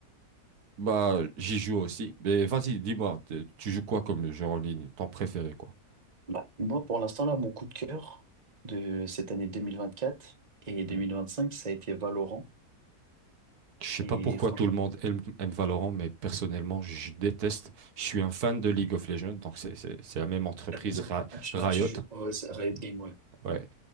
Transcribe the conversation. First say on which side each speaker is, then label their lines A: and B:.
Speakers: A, on the right; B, on the right.
A: Bah, j'y joue aussi. Mais vas-y, dis-moi, t- tu joues quoi comme jeu en ligne? Ton préféré, quoi?
B: Bah, moi, pour l'instant, là, mon coup de cœur de cette année 2024 et 2025,
A: Hmm.
B: ça a été Valorant.
A: Je sais
B: Et
A: pas pourquoi
B: franchement,
A: tout le monde aime, aime Valorant, mais personnellement, je déteste. Je suis un fan de League of Legends, donc c'est c'est- c'est la même entreprise
B: j'adore.
A: Ri-
B: Ah, tu,
A: Riot.
B: ah, tu joues. Oh, ouais, c'est Riot Games, ouais.
A: Ouais.